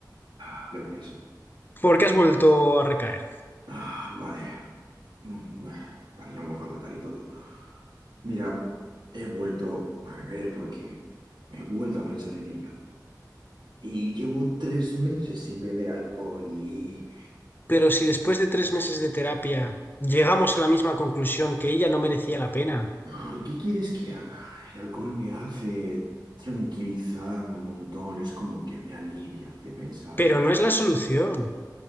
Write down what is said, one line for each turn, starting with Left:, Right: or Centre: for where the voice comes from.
Right: Ah, gracias.
Left: ¿por qué has vuelto a recaer?
Right: Ah, vale. Mm, ah, Vale, ya me mojo la cara y todo. Mira, he vuelto a beber porque he vuelto a pensar en ella. Y llevo tres meses sin beber alcohol y...
Left: Pero si después de tres meses de terapia llegamos a la misma conclusión que ella no merecía la pena,
Right: Ay, ¿qué quieres que haga? El alcohol me hace tranquilizar un montón, es como que me alivia de pensar.
Left: pero
Right: ¿eh?
Left: no es la solución.